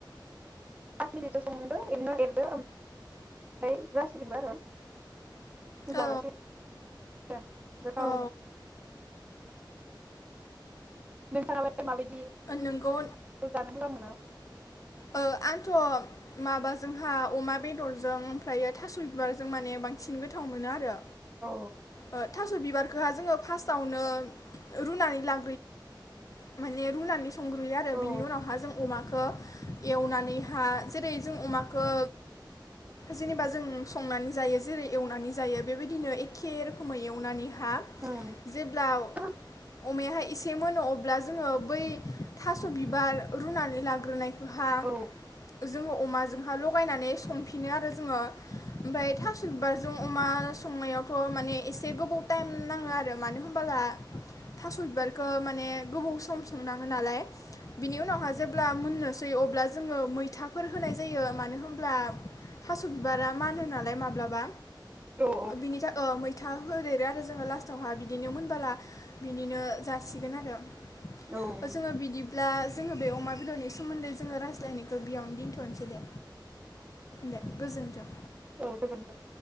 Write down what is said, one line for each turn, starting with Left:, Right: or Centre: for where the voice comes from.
Right: फास मिनिटसो संदो इनि उनाव लिरदो ओमफाय जासिगबो आरो
Left: औ
Right: जासै जा दा
Left: औ
Right: हरो नोंथाङालाय ओफाय माबायदि नों
Left: नोंगौ
Right: जानो मोजां मोना
Left: ओ आंथ माबाजोंहा अमा बेदरजों ओमफ्रायो थास बिबारजों माने बांसिन गोथाव मोनो आरो
Right: औ
Left: ओ। थास बिबारखोहा जोङो फार्स्टआवनो रुनानै ला <unintelligible> बे रुनानि स सुंग्रुयो आरो
Right: औ
Left: बिनि उनावहा जों अमाखो एवनानैहा जेरै जों अमाखौ जेनेबा जों संनानै जायो जेरै एवनानै जायो बेबायदिनो एखे रोखोमै एवनानै हा
Right: उम
Left: जेब्ला
Right: औ
Left: अमायाहाय एसे मोनो अब्ला जोंङो बै थास' बिबार रुनानै लाग्रोनाय हा
Right: औ
Left: ज जोंङो अमाजोंहा लगायनानै संफिनो आरो जोंङो ओमफाय थास' ब बाजों अमा संनायावथ' माने एसे गोबाव टाइम नांङो आरो मानो होनबोला थास' बिबारखौ माने गोबाव सम संनांङो नालाय बिनि उनावहा जेब्ला मोननो दै अब्ला जोङो मैथाफोर होनाय जायो मानो होनब्ला थास' बिबारा मानो नालाय माब्लाबा।
Right: औ
Left: ओ बिनि था ओ मै था होदेरो आरो जोंङो लास्टावहा बिदिनो मोनबोला बिनिनो जासिगोन आरो
Right: औ
Left: ओ जोंङो बिदिब्ला जोंङो बे अमा बेदरनि सोमोन्दै जोंङो रायलायनायखौ बेयाव दिनथ'नोसै दे। दे गोजोन्थों।
Right: औ गोजोन्थों।